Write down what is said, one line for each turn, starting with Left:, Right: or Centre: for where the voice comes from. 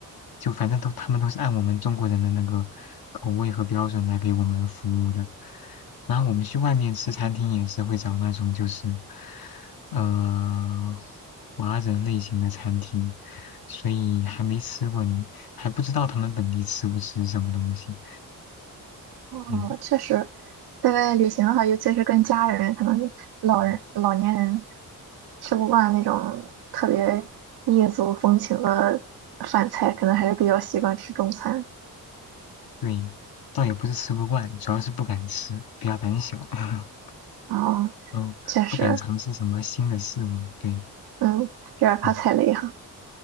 Left: 就反正都他们都是按我们中国人的那个口味和标准来给我们服务的。然后我们去外面吃餐厅也是会找那种就是呃华人类型的餐厅，所以还没吃过你。还不知道他们本地吃不吃什么东西。
Right: 哦，
Left: 嗯
Right: 确实，在外旅行的话，尤其是跟家人，可能是老人老年人
Left: 嗯，
Right: 吃不惯那种特别异族风情的饭菜，可能还是比较习惯吃中餐。
Left: 对，倒也不是吃不惯，主要是不敢吃，比较胆小。<laughs>
Right: 啊，
Left: 嗯，
Right: 确实，
Left: 不敢尝试什么新的事物。对，
Right: 嗯，有点怕踩雷哈。
Left: 嗯，